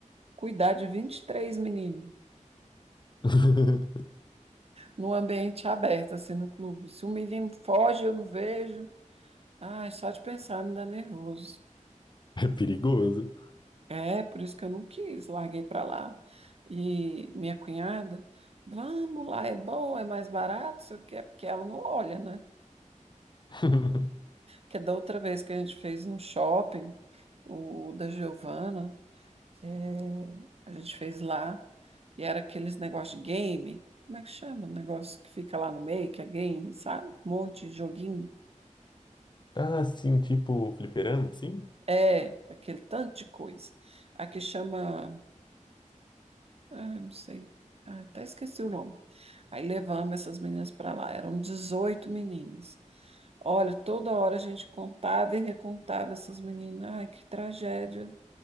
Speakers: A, on the right (about 50°); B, on the left (about 35°).
A: cuidar de 23 meninos
B: <laughs>
A: num ambiente aberto, assim, no clube? Se um menino foge, eu não vejo. Ai, só de pensar me dá nervoso.
B: É perigoso.
A: É, por isso que eu não quis, larguei pra lá. E minha cunhada, vamos lá, é bom, é mais barato, só que é porque ela não olha, né?
B: <laughs>
A: Que é da outra vez que a gente fez no shopping, o da Giovana, é, a gente fez lá, e era aqueles negócios de game, como é que chama? O negócio que fica lá no meio, que é game, sabe? Um monte de joguinho.
B: Ah, sim, tipo fliperama, sim?
A: É, aquele tanto de coisa. Aqui chama. Ah, eu não sei. Ah, até esqueci o nome. Aí levamos essas meninas para lá. Eram 18 meninas. Olha, toda hora a gente contava e recontava essas meninas. Ai, que tragédia.